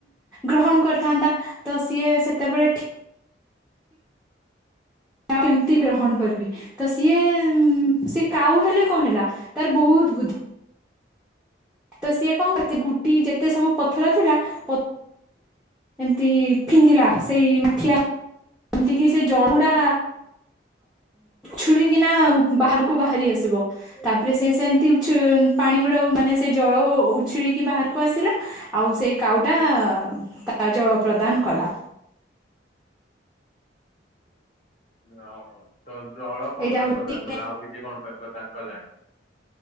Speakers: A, in the centre; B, on the left.
A: ଗ୍ରହଣ କରିଥାନ୍ତା ତ ସିଏ ସେତେବେଳେ ଠି <unintelligible> କେମିତି ଗ୍ରହଣ କରିବି ତ ସିଏ ସିଏ କାଉ ହେଲେ କଣ ହେଲା ତାର ବହୁତ ବୁଦ୍ଧ ତ ସିଏ କଣ କରିଚି <unintelligible> ଗୁଟି ଯେତେ ସବୁ ପଥର ଥିଲା ପ ଏମିତି ଫିଙ୍ଗିଲା ସେଇ ମାଠିଆ ଏମତି କିି ସେ ଜଳଡ଼ା ଛୁଳିକିନା ବାହାରକୁ ବାହାରି ଆସିବ। ତାପରେ ସେ ସେମିତି ଉଛି ପାଣି ଗୁଡ଼ା ମାନେ ସେ ଜଳ ଉଛିଳିକି ବାହାରକୁ ଆସିଲା ଆଉ ସେ କାଉଟା ତା ଜଳ ପ୍ରଦାନ କଲା।
B: ଓହୋ ତ ଜଳ କଣ
A: ଏଇଟା
B: ପାଇଁ
A: ହଉଛି
B: ପ୍ରଦାନ କଲା ଆଉ କିଛି କଣ ପାଇଁ ପ୍ରଦାନ କଲାନି।